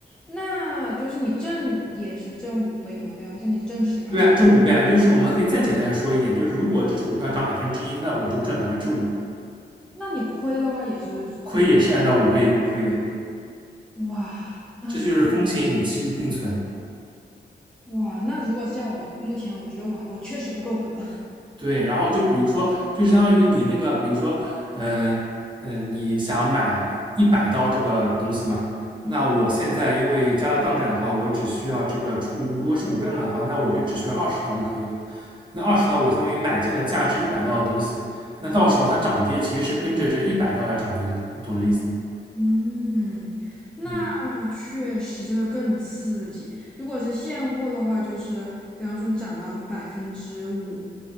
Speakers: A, in the centre; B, on the right.
A: 那就是你挣也是挣五倍嘛，比方说你挣十块钱，
B: 对啊，挣五倍啊，就是我们可以再简单的说一点，就是如果这只股票涨百分之一，那我就赚百分之五，
A: 那你亏的话也是。
B: 亏也是按照五倍亏的。
A: 就。哇，那确
B: 这就是风险与机遇并存。
A: 哇，那如果是这样，我目前我觉得我我确实不够格。
B: 对，然后就比如说，就是相当于你那个，比如说，呃呃，你想买一百刀这个东西嘛？
A: <laughs>
B: 那我现在因为加了杠杆的话，我只需要这个出，如果是五倍杠杆的话，那我就只需要二十刀就可以了。那二十刀我相当于买进了价值一百刀的东西，那到时候它涨跌其实是跟着这一百刀来涨跌的，你懂这意思吗？
A: 嗯，嗯，那确实这个更刺激。
B: 嗯，
A: 如果是现货的话，就是比方说你涨了百分之五，